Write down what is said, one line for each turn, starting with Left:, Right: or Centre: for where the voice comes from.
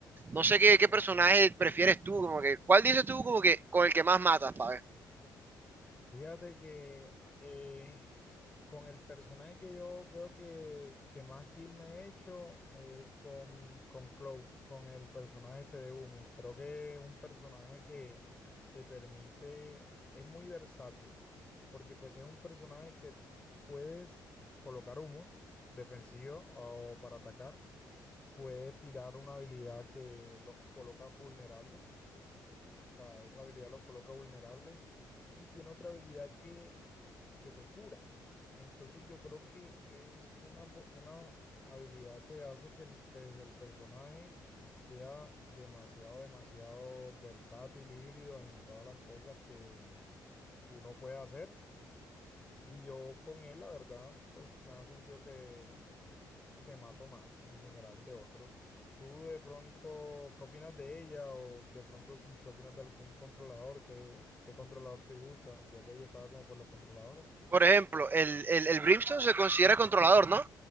Right: No sé qué, qué
Left: Ok.
Right: personaje prefieres tú, como que, ¿cuál dices tú como que con el que más matas, pa'
Left: Fíjate que eh, con el personaje que yo veo que, que más kill me he hecho es con, con Clove, con el personaje este de Humus. Creo que es un personaje que te permite, es muy versátil, porque pues es un personaje que puedes colocar Humus defensivo o para atacar, puede tirar una habilidad que los coloca vulnerables O sea, esa habilidad los coloca vulnerables y tiene otra habilidad que, que te cura. Entonces yo creo que es una, po- una habilidad que hace que el, pues, el personaje sea demasiado, demasiado versátil, híbrido en todas las cosas que uno puede hacer. Y yo con él, la verdad, pues me ha sentido que que mato más en general de otros. ¿Tú de pronto qué opinas de ella o de pronto sí, qué opinas de algún controlador? ¿Qué, qué controlador te gusta? Ya que ahí estaba como por los controladores.
Right: Por ejemplo, el, el, el Brimstone se considera controlador, ¿no?